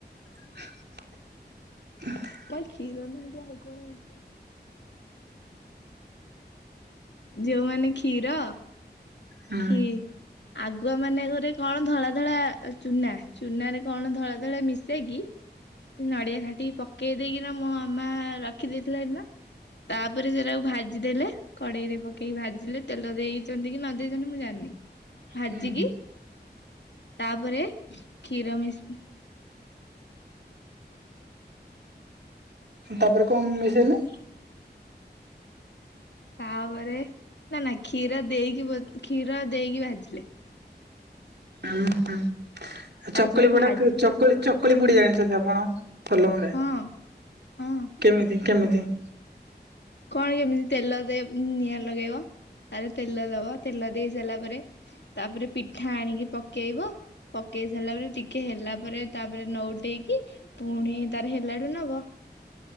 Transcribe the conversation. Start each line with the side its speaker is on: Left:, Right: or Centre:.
Right: <inaudible>
Left: କାଇଁ କ୍ଷୀର ନୁହେଁ ତ ଆଉ କଣ ମିଶେଇଥିଲା। ଯୋଉମାନେ କ୍ଷୀର
Right: ହୁଁ।
Left: ଖି ଆଗୁଆ ମାନେ ଗୁରେ କଣ ଧଳା ଧଳା ଚୁନା ଚୁନାରେ କଣ ଧଳା ଧଳା ମିଶେଇକି ସେ ନଡିଆ ଘାଟିକି ପକେଇ ଦେଇକି ନା ମୋ ମାମା ରଖିଦେଇଥିଲା ସେଦିନ। ତାପରେ ସେଇରାକୁ ଭାଜି ଦେଲେ କଡେଇରେ ପକେଇକି ଭାଜିଲେ ତେଲ ଦେଇଛନ୍ତି କି ନ ଦେଇଛନ୍ତି ମୁଁ ଜାଣିନି ଭାଜିକି
Right: ହୁଁ
Left: ତାପରେ କ୍ଷୀର ମିଶ୍ ଉଁ
Right: ତାପରେ କଁ ମିଶେଇଲେ।
Left: ତାପରେ ନା ନା କ୍ଷୀର ଦେଇକି ବୋ କ୍ଷୀର ଦେଇକି ଭାଜିଲେ।
Right: ଉଁ ହୁଁ
Left: ତାପରେ
Right: ଚକୁଳି ପୋଡା
Left: ଭାଜି
Right: କ ଚକୁଳି ଚକୁଳି ପୁଡି ଜାଣିଛନ୍ତି ଆପଣ। ପଲମରେ
Left: ହଁ ହଁ
Right: କେମିତି କେମିତି।
Left: କଁ ଏମିତି ତେଲ ଦେବ୍ ଉଁ ନିଆଁ ଲଗେଇବ ତାପରେ ତେଲ ଦବ ତେଲ ଦେଇ ସାରିଲା ପରେ ତାପରେ ପିଠା ଆଣିକି ପକେଇବ। ପକେଇ ସାରିଲା ପରେ ଟିକେ ହେଲା ପରେ ତାପରେ ନୋଉଟେଇକି ପୁଣି ତାର ହେଲାଠୁ ନବ।